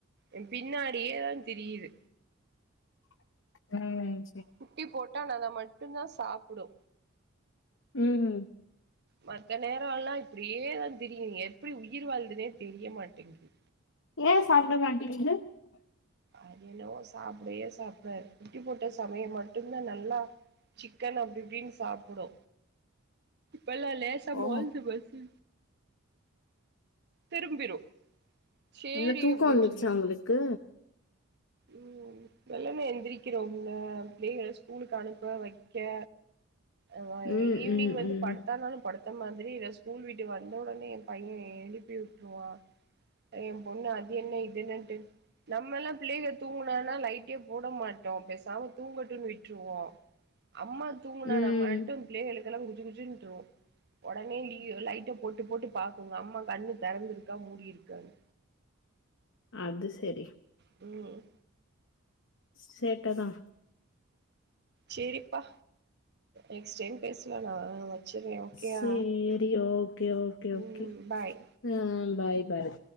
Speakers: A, on the right; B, on the left.
A: எ பின்னாடியேதா திரியுது
B: உம்
A: குட்டி போட்டா நாங்க மட்டுதா சாப்டு
B: உம்
A: மத்த நேரோ எல்லா இப்டியேதா திரியு எப்டி உயிர் வாழுதுனே தெரிய மாட்டேங்குது
B: ஏ சாப்டமாட்டிங்குது
A: அது என்னவோ சாப்டவே சாப்டாது குட்டி போட்ட சமயோ மட்டுதா நல்லா சிக்கன் அப்டி இப்டின்னு சாப்டு பல்ல லேசா
B: ஓ
A: மொளஞ்சு போச்சு திரும்பிரு சேரி
B: என்ன தூக்கோ
A: அப்டின்னு
B: வந்துருச்சா ஒங்களுக்கு
A: உம் வெள்ளென எந்திரிக்குறோம்ல பிள்ளைகள ஸ்கூலுக்கு அனுப்ப வக்க ஆமா
B: ம்
A: ஈவினிங்
B: ம்
A: வந்து
B: ம்
A: படுத்தானாலு படுத் அந்த மாதிரி இதா ஸ்கூல் விட்டு வந்த ஒடனே எம் பைய எழுப்பி உட்ருவா எம் பொண்ணு அது என்ன இது என்னன்ட்டு நம்மல்லாம் பிள்ளைக தூங்குனாதா லைட்டே போட மாட்டோ பெருசா அவங் தூங்கட்டுன் விட்ருவோ அம்மா தூங்குனானா
B: ம்
A: மட்டும் பிள்ளைகளுக் இதெல்லாங் குச்சு குச்சுன்ட் இருக்கு ஒடனே லீவ் லைட்ட போட்டு போட்டு பாக்குங்க அம்மா கண்ணு தெறந்துருக்கா மூடியிருக்கானு
B: அது சேரி
A: ம்
B: சேட்டதா
A: சேரிப்பா நெக்ஸ்ட் டைம் பேசலா நா வச்சுறே ஓகேயா
B: சேரி ஓகே ஓகே ஒகே
A: ம் பாய்
B: ஆ பாய் பாய்